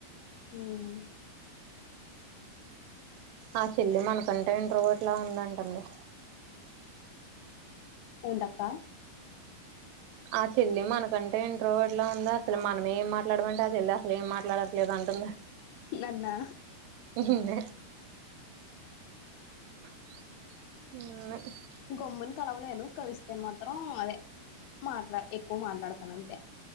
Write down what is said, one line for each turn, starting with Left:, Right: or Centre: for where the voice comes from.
Left: మ్
Right: ఆ చెల్లే మనకంటే ఇంట్రోవర్ట్లా ఉందంటగా
Left: ఏంటక్క.
Right: ఆ చెల్లి మనకంటే ఇంట్రోవర్ట్ లా ఉంది అసలు మనమే, ఏం మాట్లాడమంటే ఆ చెల్లి అసలు ఏం మాట్లాడట్లేదు అంటంది.
Left: నన్నా
Right: నిన్నే అ ఈ
Left: గొమ్ముని కలవలేను. కలిస్తే మాత్రం అదే మాట్లాడ్, ఎక్కువ మాట్లాడతాను అంతే,